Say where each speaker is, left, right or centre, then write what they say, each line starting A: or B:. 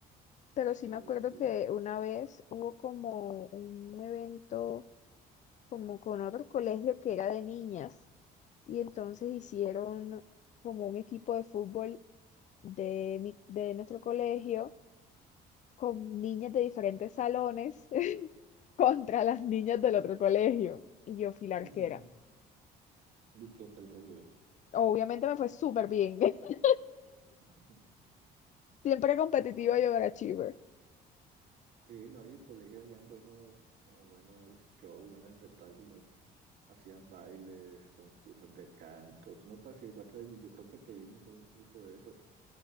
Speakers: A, on the left; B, on the right.
A: Pero sí
B: Sí,
A: me acuerdo
B: sí,
A: que
B: ya.
A: una vez hubo como un evento como con otro colegio que era de niñas y entonces hicieron como un equipo de fútbol de, mi- de nuestro colegio con niñas de diferentes salones <laughs> contra las niñas del otro colegio. Y yo fui la arquera.
B: <laughs> ¿Y qué tal te fue?
A: Obviamente me fue súper bien. <laughs>
B: Ujú.
A: Siempre competitiva y overachiever.
B: Sí, no, y el colegio hacían buenos, como buenos shows, buenos espectáculos. Hacían bailes, concursos de canto. Tú no participaste, yo creo que te vi en un concurso de esos.